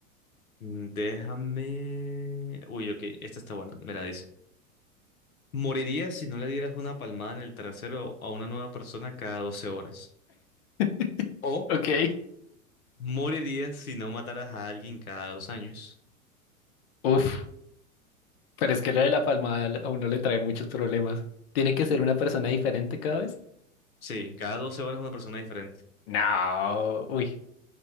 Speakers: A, on the left; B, on the left.
A: Mm, Déjame... Uy, ok, esta está buena, me la dice. Morirías si no le dieras una palmada en el trasero a una nueva persona cada 12 horas.
B: <laughs>
A: O
B: Ok.
A: morirías si no mataras a alguien cada dos años.
B: Uf, pero es que lo de la palmada a uno le trae muchos problemas. ¿Tiene que ser una persona diferente cada vez?
A: Sí, cada 12 horas una persona diferente,
B: No. Uy.